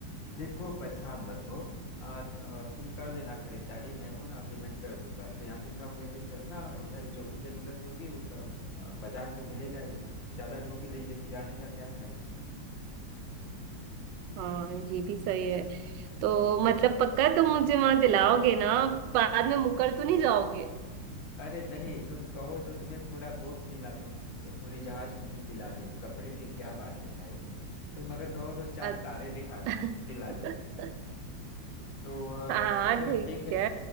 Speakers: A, on the left; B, on the right.
A: देखो परेशान मत हो आ, आ, तुम कर लेना खरीदारी मैं हूं ना पेमेंट कर दूंगा तो यहाँ से कम लेके चलना और उधर जो भी जरूरत होगी वो तो ब- बाजार तो मिलेगा ही ज्यादा ढोके ले जे- जाने का क्या फायदा
B: हाँ ये भी सही है
A: ना
B: तो मतलब पक्का तुम मुझे वहां दिलाओगे ना बाद में मुकर तो नहीं जाओगे
A: अरे नहीं तुम कहो तो तुम्हें पूरा बोट दिला दूं तो पूरी जहाज तुम्हें दिला दो कपड़े की क्या बात है भाई तुम अगर कहो तो चार
B: अ-
A: तारे दिखा
B: <laughs>
A: दो दिला दो तो आ,
B: हाँ
A: फिर
B: ठीक
A: ठीक है
B: है